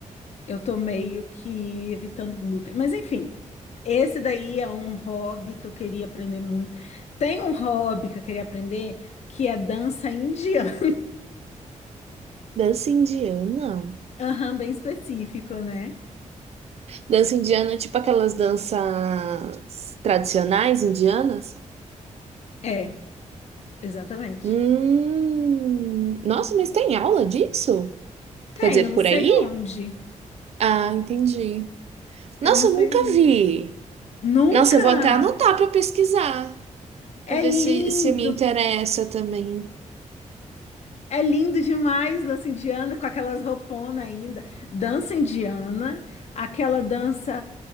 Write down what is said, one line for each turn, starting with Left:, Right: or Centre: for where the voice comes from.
Left: Eu tô meio que evitando glúten. Mas enfim, esse daí é um hobby que eu queria aprender muito. Tem um hobby que eu queria aprender que é dança indiana.
Right: Dança indiana?
Left: <laughs> Aham, bem específico, né?
Right: Dança indiana, é tipo aquelas danças tradicionais indianas?
Left: É, exatamente.
Right: Hum. Nossa, mas tem aula disso?
Left: Tem,
Right: Quer dizer,
Left: eu não
Right: por
Left: sei
Right: aí?
Left: onde.
Right: Ah, entendi.
Left: Eu
Right: Nossa,
Left: não sei
Right: eu nunca
Left: onde.
Right: vi.
Left: Nunca!
Right: Nossa, eu vou até anotar para pesquisar, para
Left: É
Right: ver
Left: lindo!
Right: se, se me interessa também.
Left: É lindo demais dança indiana, com aquelas rouponas ainda. Dança indiana, aquela dança